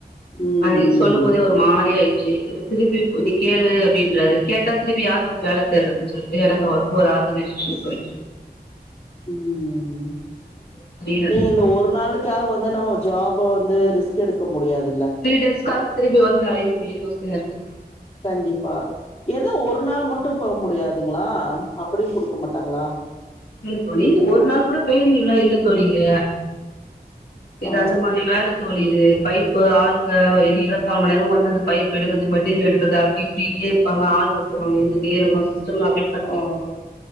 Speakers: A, on the left (about 40°); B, on the left (about 75°).
A: ம்
B: அன்னிக்கு சொல்லும் போதே ஒரு மாரி ஆயி செரி இப்ப திருப்பி இப்போதிக்கு அப்டின்றாரு. கேட்டா திருப்பி யார் வந்து வேல தேட்றதுன்னு சொல்லிட்டு எனக்கு அவருக்கு ஒரு ஆர்கனைசேஷன் போயிட்
A: உம் உம்
B: என்ன பண்றது தெரியல
A: நீ இந்த ஒரு நா அவளுக்காக வந்து நம்ம ஜாப் வந்து ரிஸ்க் எடுக்க முடியாதுல்ல
B: தீரி டேஸ் காக திரும்பி வந் து அலையனுமேனு யோசனையா இருக்கு
A: கண்டிப்பா ஏதோ ஒரு நாள் மட்டும் போக முடியாதுங்களா அப்டியும் குடுக்க மாட்டாங்களா
B: இல்ல தோழி ஒரு நாள் கூட பேய் லீவுலாம் இல்ல தோழி இங்க இது
A: ஓ
B: அந்த மாரி வேல தோழி இது பைப்பு ஆளுங்க எப்டி இருபத் நாலு மணி நேரமு வந்து அந்த பைப் எடுக்குறது மெட்டீரியல் எடுக்குறது அப்டி இப்டினே இருப்பாங்க ஆள் ஒருத்தவுங்க இருந்துட்டே இருக்கணும் சிஸ் சிஸ்டம்ல அப்டேட் பண்ட்டே
A: ஓ
B: இருக்குணும்